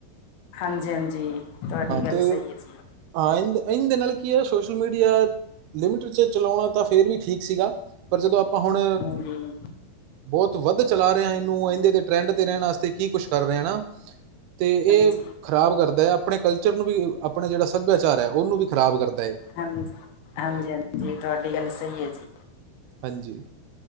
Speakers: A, on the left; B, on the right.
A: ਹਾਂਜੀ- ਹਾਂਜੀ ਤੁਹਾਡੀ ਗੱਲ
B: ਤੇ
A: ਸਹੀ ਹੈ ਜੀ
B: ਹਾਂ, ਇੰਨਦ ਇਨ ਦੇ ਨਾਲ ਕੀ ਹੈ ਸੋਸ਼ਲ ਮੀਡੀਆ ਲਿਮਿਟ 'ਚ ਚਲਾਉਣਾ ਤਾਂ ਫਿਰ ਵੀ ਠੀਕ ਸੀਗਾ ਪਰ ਜਦੋਂ ਆਪਾਂ ਹੁਣ,
A: ਹਾਂਜੀ
B: ਬਹੁਤ ਵੱਧ ਚਲਾ ਰਿਹਾ ਇਹਨੂੰਦੇ ਦੇ ਟਰੈਂਡ ਤੇ ਰਹਿਣ ਵਾਸਤੇ ਕੀ ਕੁਛ ਕਰ ਰਹੇਾ ਤੇ
A: ਹਾਂਜੀ
B: ਇਹ ਖ਼ਰਾਬ ਕਰਦਾ ਹੈ, ਆਪਣੇ ਕਲਚਰ ਨੂੰ ਵੀ, ਆਪਣੇ ਜਿਹੜਾ ਸੱਭਿਆਚਾਰ ਹੈ, ਉਹਨੂੰ ਵੀ ਖ਼ਰਾਬ ਕਰਦਾ ਹੈ।
A: ਹਾਂ, ਹਾਂਜੀ -ਹਾਂਜੀ ਤੁਹਾਡੀ ਗੱਲ ਸਹੀ ਹੈ ਜੀ
B: ਹਾਂਜੀ।